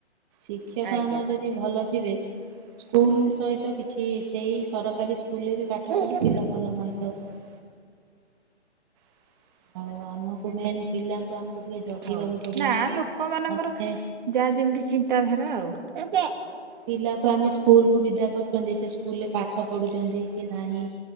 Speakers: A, on the right; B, on the right.
A: ଶିକ୍ଷକ
B: ଆଜ୍ଞା
A: ଆମର ଯଦି ଭଲ ଥିବେ। ସ୍କୁଲ ସହିତ କିଛି ସେଇ ସରକାରୀ ସ୍କୁଲରେ ବି ପାଠ
B: ହଁ।
A: ପଢି ପିଲା ଭଲ ମଣିଷ <inaudible> <inaudible> ଆମକୁ ମେନ୍ ପିଲାଙ୍କୁ ଆମକୁ ଟିକେ ଜଗିବାକୁ
B: ହ
A: ପଡିବ।
B: ନା ଲୋକ ମାନଙ୍କର
A: ଆମେ
B: ଯାହା ଜିନି ଏମତି ଚିନ୍ତାଧାରା ଆଉ
A: ପିଲାକୁ ଆମେ ସ୍କୁଲ କୁ ବିଦା କରୁଛନ୍ତି ସେ ସ୍କୁଲରେ ପାଠ ପଢୁଛନ୍ତି କି ନାହିଁ।